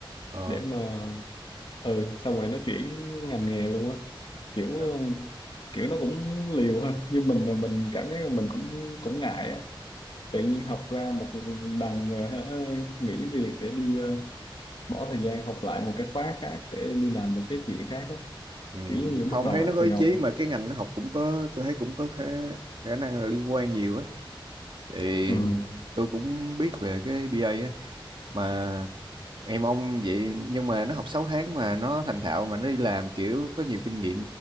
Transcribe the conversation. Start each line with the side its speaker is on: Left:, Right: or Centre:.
Right: ờ
Left: để mà ừ xong rồi nó chuyển ngành nghề luôn á kiểu
Right: à,
Left: ờ, kiểu nó cũng liều ha như mình là mình cảm giác là mình cũng cũng ngại á tự nhiên học ra một đằng rồi hả, ờ, nghỉ việc để đi ờ, bỏ thời gian học lại một cái khóa khác để đi làm một cái chuyện khác á
Right: ừ.
Left: kiểu giống như bắt
Right: không
Left: đầu
Right: thấy
Left: lại
Right: nó có
Left: từ
Right: ý
Left: đầu
Right: chí mà cái ngành nó học cũng có tôi thấy cũng có khả, khả năng là liên quan nhiều á thì
Left: á.
Right: tôi cũng biết về cái bê A á mà em ông vậy nhưng mà nó học 6 tháng mà nó thành thạo mà nó đi làm kiểu có nhiều kinh nghiệm